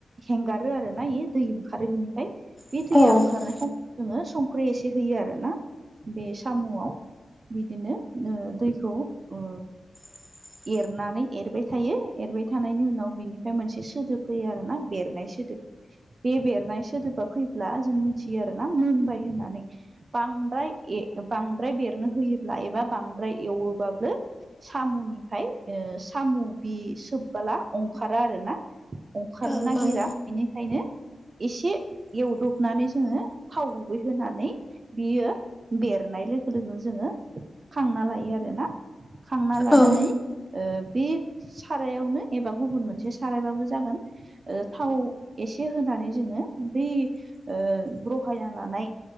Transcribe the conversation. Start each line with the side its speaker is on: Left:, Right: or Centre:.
Right: हेंगारो आरोना बे दै ओंखारो बिनिफ्राय। बे
Centre: औ
Right: दैया ओंखारनायखौ जोङो संख्रि एसे होयो आर ना बे साम'आव बिदिनो ओ दैखौ ओ
Centre: <inaudible>
Right: एरनानै एरबाय थायो एरबाय थानायनि उनाव बिनिफ्राय मोनसे सोदोब फैयो आरोना बेरनाय सोदोब। बे बेरनाय सोदोबा फैब्ला जों मिथियो आरो ना मोनबाय होननानै‌। बांद्राय बांद्राय बेरनो होयोब्ला एबा बांद्राय एवोबाबो साम'निफ्राय ओ साम' बि सोबबोला ओंखारा आरोना। ओंखारनो
Centre: औ
Right: नागिरा
Centre: उम
Right: बेनिखायनो एसे एवदबनानै जोंङो थाव गुबै होनानै बियो बेरनाय लोगो लोगो जोङो खांना लायो आरो ना खांना लानानै
Centre: उम
Right: ओ बे सारायावनो एबा गुबुन मोनसे सारायबाबो जागोन ओ थाव एसे होनानै जोङो बै ओ रहायना लानाय